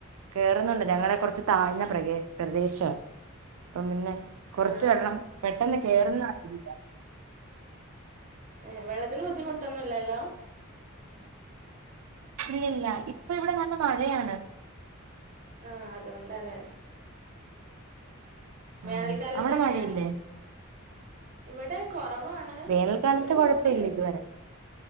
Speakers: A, on the right; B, on the right.
A: കേറുന്നുണ്ട് ഞങ്ങളെ
B: ആഹ്
A: കൊറച്ച്
B: ആഹ്
A: താഴ്ന്ന പ്രകേ പ്രദേശവാ അപ്പം പിന്നെ കൊറച്ച്
B: ആഹ്
A: വെള്ളം പെട്ടെന്ന് കേറുന്ന അറീല്ലാ
B: ഏഹ് വെള്ളത്തിന് ബുദ്ധിമുട്ടൊന്നും ഇല്ലല്ലോ
A: ഇല്ലല്ല ഇപ്പൊ ഇവിടെ നല്ല മഴയാണ്
B: ആഹ് അത്കൊണ്ടാല്ലേ
A: ഉം
B: വേനൽക്കാലത്ത്
A: അവിടെ
B: എങ്ങനെയാ
A: മഴയില്ലേ
B: ഇവിടെ കൊറവാണ്
A: വേനൽക്കാലത്ത്
B: ഒരു
A: കുഴപ്പമില്ല
B: മൂടി കെട്ടിയ
A: ഇതുവരെ